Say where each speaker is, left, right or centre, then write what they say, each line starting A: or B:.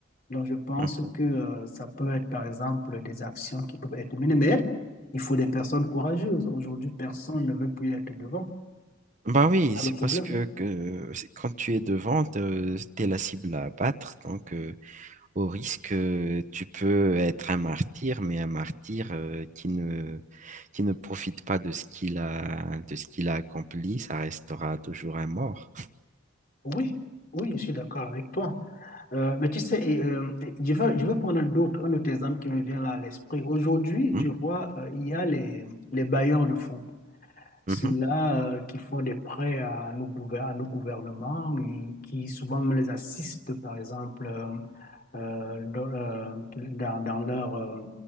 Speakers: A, on the left (about 45°); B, on the right (about 35°).
A: Donc, je pense
B: mhm.
A: que euh, ça peut être, par exemple, des actions qui peuvent être menées, mais il faut des personnes courageuses. Aujourd'hui, personne ne veut plus être devant.
B: Bah oui,
A: C'est
B: c'est
A: ça le problème.
B: parce que, que c'est- quand tu es devant, tu es la cible à abattre. Donc, euh, au risque, euh, tu peux être un martyr, mais un martyr euh, qui ne, qui ne profite pas de ce qu'il a, de ce qu'il a accompli, ça restera toujours un mort.
A: Oui, oui, je suis d'accord avec toi. Euh, mais tu sais, et, euh, et je veux, je veux prendre un autre, un autre exemple qui me vient là à l'esprit. Aujourd'hui,
B: Hmm?
A: tu vois, euh, il y a les, les bailleurs de fonds. ceux-là
B: Mhm,
A: euh, qui font des prêts à nos, gouver- à nos gouvernements et qui souvent me les assistent, par exemple, euh, euh, dans, euh, dans, dans leur, euh,